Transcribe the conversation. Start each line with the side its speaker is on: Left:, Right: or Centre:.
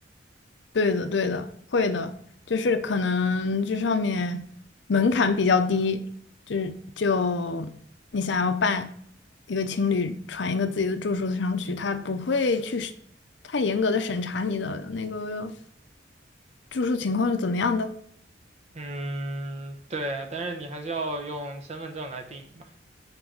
Left: 对的，对的，会的，就是可能这上面门槛比较低，就是就你想要办一个情侣传一个自己的住宿上去，他不会去是太严格的审查你的那个住宿情况是怎么样的。
Right: 嗯，对啊，但是你还是要用身份证来订嘛。